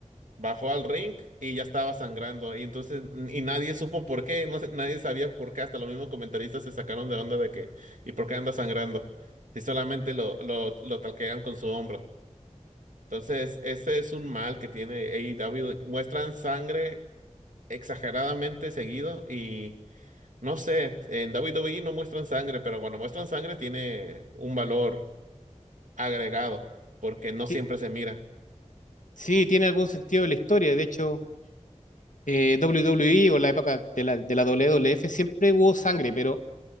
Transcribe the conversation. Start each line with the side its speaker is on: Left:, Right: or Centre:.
Right: Bajó al ring y ya estaba sangrando. Y entonces, y nadie supo por qué, no, sé, nadie sabía por qué, hasta los mismos comentaristas se sacaron de onda de que, ¿y por qué anda sangrando? Si solamente lo, lo, lo talquean con su hombro. Entonces, ese es un mal que tiene AEW. Muestran sangre exageradamente seguido y no sé, en WWE no muestran sangre, pero cuando muestran sangre tiene un valor agregado porque no siempre
Left: Sí,
Right: se mira.
Left: sí, tiene algún sentido de la historia. De hecho, eh, WWE o la época de la, de la WWF siempre hubo sangre, pero